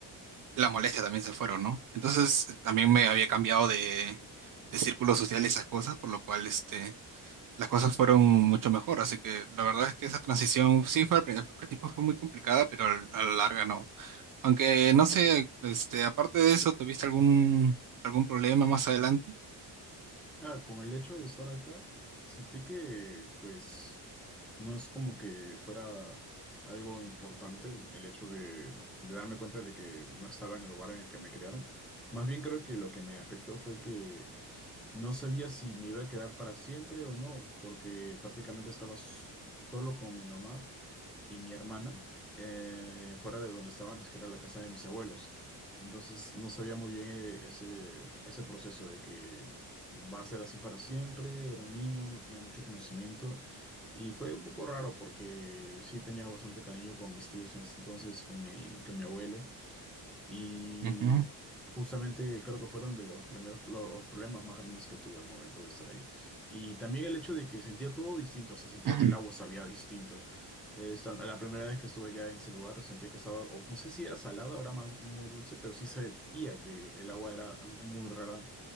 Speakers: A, on the right; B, in the centre.
A: las molestias también se fueron, ¿no? Entonces, también me había cambiado de, de círculo social y esas cosas, por lo cual este, las cosas fueron mucho mejor. Así que la verdad es que esa transición, sí, fue al prin- al principio fue muy complicada, pero al- a la larga no. Aunque no sé, este, aparte de eso, ¿tuviste algún, algún problema más adelante?
B: Ah, con el hecho de estar acá, sentí que pues no es como que fuera algo importante el hecho de, de darme cuenta de que no estaba en el lugar en el que me criaron. Más bien creo que lo que me afectó fue que no sabía si me iba a quedar para siempre o no, porque prácticamente estaba s- solo con mi mamá y mi hermana eh, fuera de donde estaba antes, que era la casa de mis abuelos. Entonces no sabía muy bien eh, ese, ese proceso de que va a ser así para siempre. Era un niño, no tenía mucho conocimiento y fue un poco raro porque sí tenía bastante cariño con mis tíos en ese entonces, con mi, con mi abuelo. Y
A: Ujú.
B: justamente creo que fueron de los primeros lo- los problemas más grandes que tuve al momento de estar ahí. Y también el hecho de que sentía todo distinto, hasta sentía
A: <clears throat>
B: que el agua sabía distinto. Eh, estan- la primera vez que estuve allá en ese lugar sentía que estaba, o no sé si era salada, ahora más muy dulce, pero sí sentía que el agua era muy rara